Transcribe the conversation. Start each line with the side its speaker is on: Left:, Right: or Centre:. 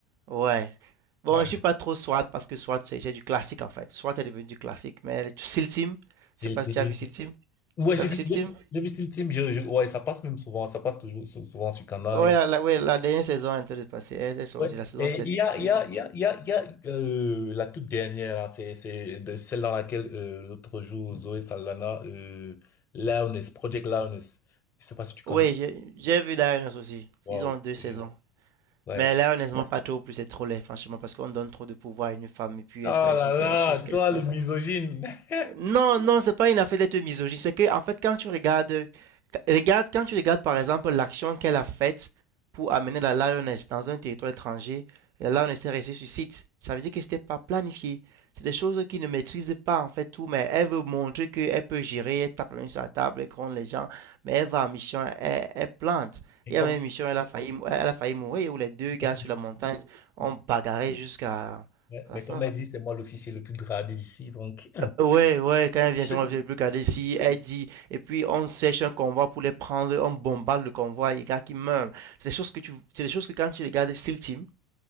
Right: Ouais. Bon,
Left: ouais,
Right: je suis pas trop SWAT parce que SWAT, c'est c'est du classique en fait. SWAT est devenu du classique. Mais SEAL Team,
Left: SEAL
Right: je sais pas
Left: Team.
Right: si tu as vu SEAL Team.
Left: Ouais,
Right: Tu
Left: j'ai
Right: as vu
Left: vu,
Right: SEAL
Left: j'ai
Right: Team?
Left: j'ai vu SEAL Team, je, je- ouais, ça passe même souvent, ça passe toujours sou- souvent sur Canal.
Right: Ouais, la, la- ouais, la dernière saison est en train de passer. Elle, elle sort
Left: Ouais.
Right: aussi, la saison
Left: Et
Right: 7.
Left: il y a, il
Right: Ils
Left: y a,
Right: ont...
Left: il y a, il y a, il y a euh, la toute dernière, là, c'est, c'est de celle dans laquelle euh, l'autre jour, Zoé Saldana, euh, Loudness, Project Loudness, je sais pas si tu connais.
Right: Ouais, j'ai j'ai vu Dionysus aussi.
Left: Waouh.
Right: Ils ont deux saisons.
Left: Euh, Ouais.
Right: Mais
Left: c'est-
Right: là, honnêtement, pas trop. Plus c'est trop laid, franchement, parce qu'on donne trop de pouvoir à une femme et puis
Left: Ah
Right: elle s'agit,
Left: là
Right: il
Left: là,
Right: y a des choses qu'elle
Left: toi
Right: fait.
Left: le misogyne. <laughs>
Right: Non, non, c'est pas une affaire d'être misogyne. C'est que, en fait, quand tu regardes, regarde, quand tu regardes, par exemple, l'action qu'elle a faite pour amener la Lioness dans un territoire étranger, la Lioness est restée sur site. Ça veut dire que c'était pas planifié. C'est des choses qu'ils ne maîtrisent pas, en fait, tout, mais elle veut montrer qu'elle peut gérer, elle tape la main sur la table, elle gronde les gens, mais elle va en mission, elle, elle plante.
Left: Et
Right: Il
Left: comme,
Right: y a même une mission, elle a failli, elle a failli mourir, où les deux gars
Left: mais,
Right: sur la montagne ont
Left: mais,
Right: bagarré jusqu'à
Left: mais,
Right: à
Left: mais
Right: la fin.
Left: comme elle dit, c'est moi l'officier le plus gradé d'ici, donc.
Right: Ouais, ouais, quand elle vient,
Left: <laughs>
Right: moi, je peux regarder si elle dit, et puis on sèche un convoi pour les prendre, on bombarde le convoi, les gars qui meurent. C'est des choses que tu, c'est des choses que quand tu regardes Steel Team,